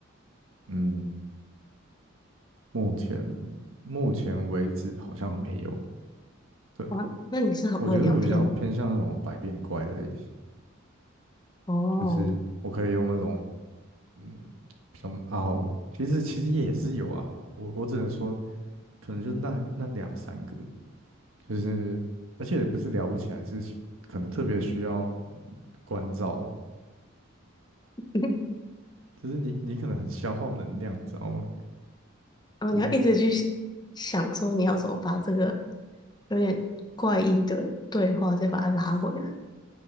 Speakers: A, on the right (about 80°); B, on the left (about 20°).
A: 嗯，目前目前为止好像没有。对，
B: 哇，那你是很会聊天的
A: 我觉得我比较偏向那种百变怪的类型，
B: 哦。
A: 就是我可以用那种嗯比较啊，其实其实也是有啊。我我只能说，可能就那那两三个，就是而且也不是聊不起来，是可能特别需要关照，
B: <laughs>
A: 就是你你可能很消耗能量，你知道吗？
B: 哦，
A: 对，
B: 你要一直去想想说你要怎么把这个有点怪异的对话再把它拉回来，